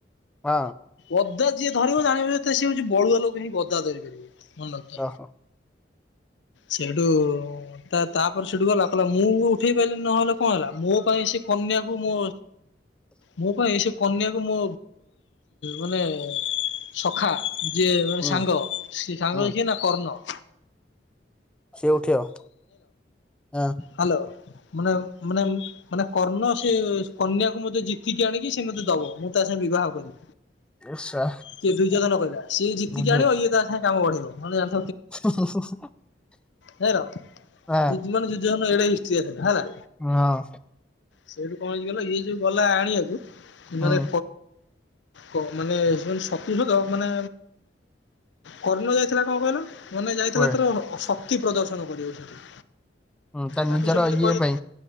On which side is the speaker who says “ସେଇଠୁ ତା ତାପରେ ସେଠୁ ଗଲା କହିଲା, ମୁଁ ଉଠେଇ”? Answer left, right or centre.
Left